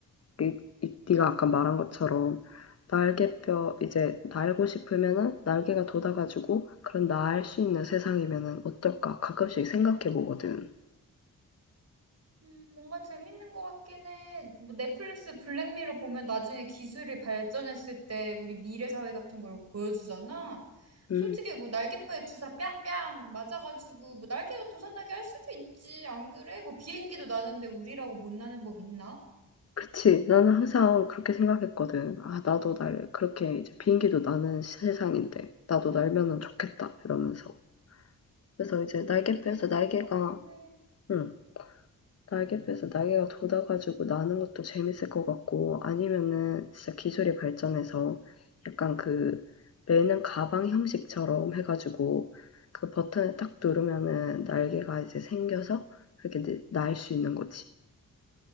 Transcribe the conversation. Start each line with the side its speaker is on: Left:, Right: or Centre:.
Left: 이, 이- 네가 아까 말한 것처럼, 날개뼈, 이제 날고 싶으면은 날개가 돋아가지고, 그런 날 수 있는 세상이면은 어떨까? 가끔씩 생각해 보거든.
Right: 음, 뭔가 재밌는 것 같긴 해. 뭐 넷플릭스 블랙미러 보면 나중에 기술이 발전했을 때 우리 미래 사회 같은 걸 보여주잖아.
Left: 음,
Right: 솔직히 뭐 날개뼈에 주사 뺨뺨 맞아가지고 뭐 날개가 도산나게 할 수도 있지. 안 그래? 뭐 비행기도 나는데 우리라고 못 나는 법 있나?
Left: 그치. 나는 항상 그렇게 생각했거든. 아, 나도 날, 그렇게 이제 비행기도 나는 세상인데, 나도 날면은 좋겠다. 이러면서. 그래서 이제 날개뼈에서
Right: 재밌을
Left: 날개가,
Right: 것 같긴 해.
Left: 응, 날개뼈에서 날개가 돋아가지고 나는 것도 재밌을 것 같고, 아니면은 진짜 기술이 발전해서 약간 그 매는 가방 형식처럼 해가지고 그 버튼을 딱 누르면은 날개가 이제 생겨서 그렇게 날 수 있는 거지.